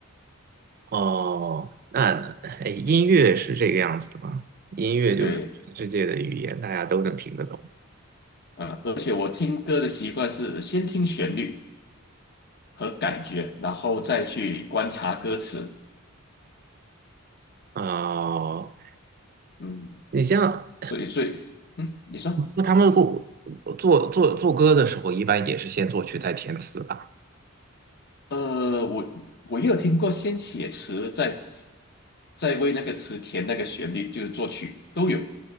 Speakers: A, on the right; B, on the left.
A: 哦，那哎，音乐是这个样子的吗？音乐就是全世界的语言，
B: 对，
A: 大家都能听得懂。
B: 啊，而且我听歌的习惯是先听旋律和感觉，然后再去观察歌词。
A: 哦，
B: 嗯，
A: 你像
B: 所以，所以，嗯，你说，
A: 那他们不做做做歌的时候，一般也是先作曲再填词吧？
B: 呃，我我也有听过先写词，再再为那个词填那个旋律，就是作曲都有。